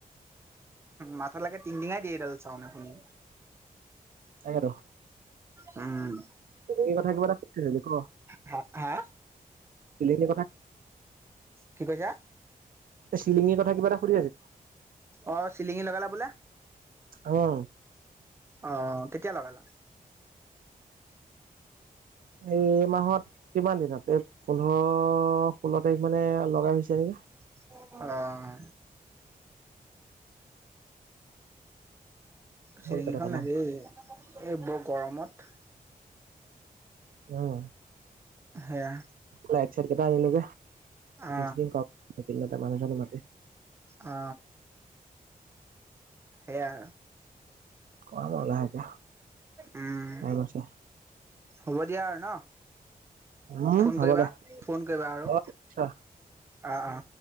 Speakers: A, on the right; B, on the right.
A: মাথালেকে তিনতিনাই দিয়ে এইডাল চাউন্ড শুনি।
B: তাকেটো।
A: উম।
B: এই কথা কিবা এটা <unintelligible> ক
A: হা হা?
B: শিলিকি কথা
A: কি কৈছা?
B: এ চিলিঙিৰ কথা কিবা এটা সুধি আছিল।
A: অ চিলিঙি লগালা বোলে?
B: অঁ।
A: অঁ, কেতিয়া লগালা?
B: এই মাহত কিমান দিনত, এই পোন্ধৰ ষোল্ল তাৰিখ মানে লগাই হৈছে নেকি।
A: অ <unintelligible> চিলিঙীখন
B: হ'ল কেইটকামান
A: লাগেই এই বৰ গৰমত।
B: উম।
A: সেয়া।
B: লাইট চাইট কেইটা আনিলো যে, ফিটিঙ
A: অ
B: কৰাম এইকেদিনতে মানুহ চানুহ মাতি।
A: অ এয়া।
B: কয়াম আৰু লাহেকে।
A: উম।
B: টাইম আছে
A: হ'ব দিয়া আৰু ন?
B: উম
A: ফোন
B: হ'ব
A: কৰিবা,
B: দে
A: ফোন কৰিবা আৰু।
B: অ নিশ্চয়
A: অ অ।